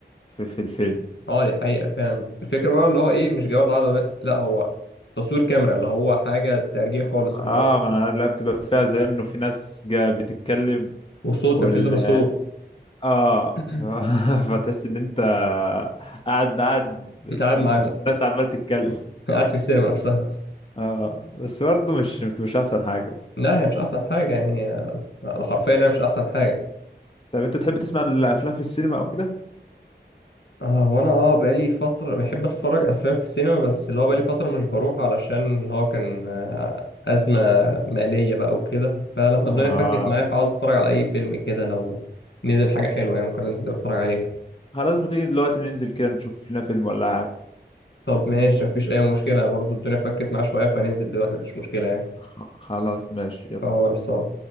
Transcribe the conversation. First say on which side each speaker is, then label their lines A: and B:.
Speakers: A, on the left (about 30°); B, on the left (about 75°).
A: في, في الفيلم
B: اه دي حقيقه فاهم الفكره بقى اللي هو ايه مش جوده عاليه بس لا هو تصوير كاميرا اللي هو حاجه ترجيع خالص
A: اه
B: اللي هو
A: ما انا عارف، لا بتبقى فيها زن وفي ناس جا بتتكلم
B: والصوت
A: وال
B: بيبقى فيه صدى صوت
A: اه
B: <clears throat>
A: <laughs> فتحس ان انت قاعد قاعد في
B: قاعد معاهم
A: وسط ناس عمال تتكلم
B: قاعد في السينما نفسها
A: اه بس برضه مش مش احسن حاجة
B: لا هي مش احسن حاجه يعني آه، انا حرفيا انا مش احسن حاجه
A: طب انت تحب تسمع الافلام في السينما او كده
B: آه وانا اه بقالي فتره بحب اتفرج افلام في السينما بس اللي هو بقالي فتره مش بروح علشان اللي هو كان آه، ازمه ماليه بقى وكده فلما الدنيا
A: ها
B: فكت معايا فعاوز اتفرج على اي فيلم كده لو نزل حاجه حلوه يعني ممكن انزل اتفرج عليها
A: خلاص ما تيجي دلوقتي ننزل كده نشوف لنا فيلم ولا حاجه
B: طب ماشي مفيش اي مشكله برضو الدنيا فكت معايا شويه فننزل دلوقتي مفيش مشكله يعني
A: خ- خلاص ماشي يلا
B: اه لسه